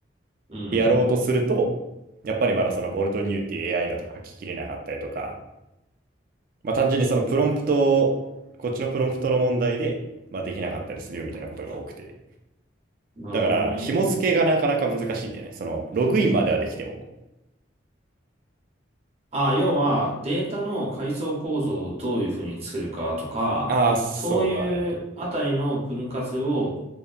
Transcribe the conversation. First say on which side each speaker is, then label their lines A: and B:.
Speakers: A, on the right; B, on the right.
A: うん、
B: でやろうとすると、
A: うん、
B: やっぱりまだそのボルトニューっていう AI だと書ききれなかったりとか、まあ単純にそのプロンプトを、こっちのプロンプトの問題で、まあできなかったりするよみたいなことが多くて。
A: うん。なるほどね。
B: だから、紐付けがなかなか難しいんだよね。その、ログインまではできても。
A: あ、要はデータの階層構造をどういうふうに作るかとか、
B: ああ、そうだね。
A: そういうあたりの分割を、